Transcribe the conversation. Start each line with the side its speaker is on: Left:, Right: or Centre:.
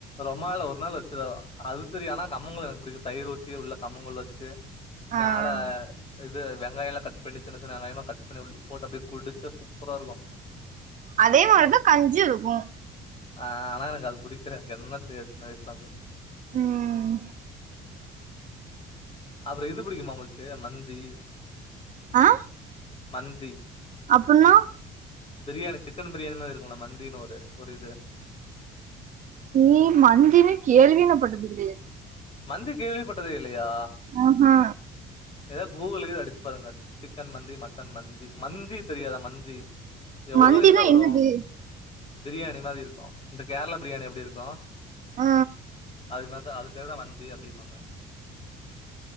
Left: ரொம்நாள்ல ஒரு நாள் வச்சுதா அது திரியு ஆனா கம்மங்கூழ் எனக் புடிக்கூ தயிர் ஊத்தி உள்ள கம்மங்கூழ் வச்சு மேல
Right: ஆ
Left: வெ வெங்காயல்லா கட் பண்ணி சின்ன சின்ன வெங்காயமா கட் பண்ணி உள் போட்டு அப்டி குடிச்சா சூப்பராருக்கூ
Right: அதே மாரிதா கஞ்சிருக்கூ
Left: ஆ ஆனா எனக்கு அது புடிக்ற என்ன தெர்யாது சின்ன வயசுலந்து
Right: ம்
Left: அப்றோ இது புடிக்குமா உங்ளுக்கு மந்தி
Right: ஆ
Left: மந்தி
Right: அப்புன்னா
Left: பிரியாணி சிக்கன் பிரியாணி மாரிருக்கூல மந்தினு ஒரு ஒரு இது
Right: ம் மந்தினு கேள்வியே நா பட்டது கெடையாது
Left: மந்தி கேள்விப்பட்டதே இல்லயா
Right: ஆஹா
Left: ஏதாவ்து கூகுள்லேயே அடிச்சு பாருங்க சிக்கன் மந்தி மட்டன் மந்தி மந்தி தெரியாதா மந்தி எவ்ளோ
Right: மந்தினா
Left: இதுல வரூ
Right: என்னது
Left: பிரியாணி மாரி இருக்கூ இந்த கேர்ளா பிரியாணி எப்டிருக்கூ
Right: ஆ
Left: அது மாரிதா அது பேர்தா மந்தி அப்டிம்பாங்க